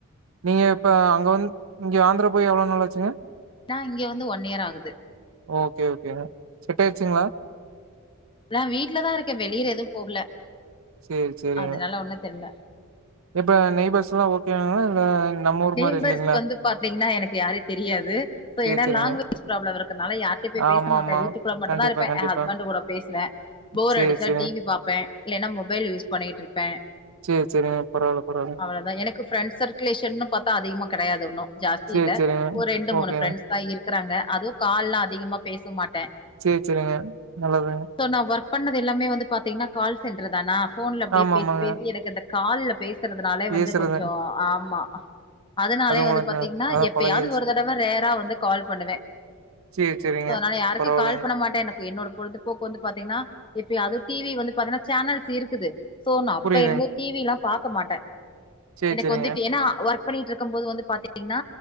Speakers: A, on the right; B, on the left.
A: நீங்க இப்ப அங்க வந் இங்க ஆந்த்ரா போய் எவ்ளோ நாள் ஆச்சுங்க
B: நா இங்க வந்து ஒன் இயர் ஆகுது
A: ஓகே ஓகேங்க செட் ஆயிட்ச்சுங்களா
B: நா வீட்ல தா இருக்கே வெளியில எதும் போகல
A: சேரி சேரிங்க
B: அதுனால ஒண்ணு தெர்ல
A: இப்ப நெய்பர்ஸ்லா ஓகேங்ளா இல்ல நம்ம ஊர்
B: நெய்பர்ஸ்
A: மாரி இல்லைங்களா
B: வந்து பாத்தீங்கன்னா எனக்கு யாரையு தெரியாது சோ
A: சேரி
B: ஏன்னா
A: சேரிங்க
B: லாங்வேஜ் ப்ராப்ளம் இருக்கனால யார்ட்டயு போய்
A: ஆமா
B: பேச மாட்ட
A: ஆமா
B: வீட்டுக்குள்ள மட்டுந்தா
A: கண்டிப்பா
B: இருப்பே
A: கண்டிப்பா
B: ஏ ஹஸ்பண்டு கூட பேசுவே போர்
A: சேரி
B: அடிச்சா
A: சேரிங்க
B: டீவி பாப்பே இல்லைன்னா மொபைல் யூஸ் பண்ணியிட்ருப்ப
A: சேரி சேரிங்க பரவால்ல பரவால்ல
B: அவ்ளோதா எனக்கு ஃப்ரெண்ட்ஸ் சர்குலேஷன்னு பாத்தா அதிகமா கடையாது ஒன்னு ஜாஸ்தி
A: சேரி
B: இல்ல
A: சேரிங்க
B: ஒரு ரெண்டு
A: ஓகேங்க
B: மூணு ஃப்ரண்ட்ஸ் தா இருக்குறாங்க அதுவ கால்லா அதிகமா பேச மாட்ட
A: சேர் சேரிங்க நல்லதுங்
B: சோ நா ஒர்க் பண்ணது எல்லாமே வந்து பாத்தீங்கன்னா கால் சென்டர் தானா ஃபோன்ல அப்டியே
A: ஆமா
B: பேசி
A: ஆமாங்க
B: பேசி எனக்கு அந்த கால்ல பேசுறதுனாலே
A: பேசுறது
B: வந்து கொஞ்சொ ஆமா அதனாலயே
A: அது உங்களுக்கு
B: வந்து பாத்தீங்னா
A: அதா
B: எப்பயாவ்து
A: பழகிருச்சு
B: ஒரு தடவ ரேரா வந்து கால் பண்ணுவே
A: சேரி சேரிங்க
B: சோ அதுனால யாருக்கு
A: பரவால்லைங்க
B: கால் பண்ண மாட்டே என்ன கு என்னோட பொழுதுபோக்கு வந்து பாத்தீங்கனா எப்பயாது டீவி வந்து பாத்தீங்னா சேனல்ஸ் இருக்குது சோ நா அப்ப
A: புரியுதுங்க
B: இருந்தே டீவில்லா பாக்க மாட்ட
A: சேரி
B: எனக்கு
A: சேரிங்க
B: வந்துட்டு ஏன்னா ஒர்க் க் பண்ணிட்ருக்கம் போது வந்து பாத்துட்டீங்னா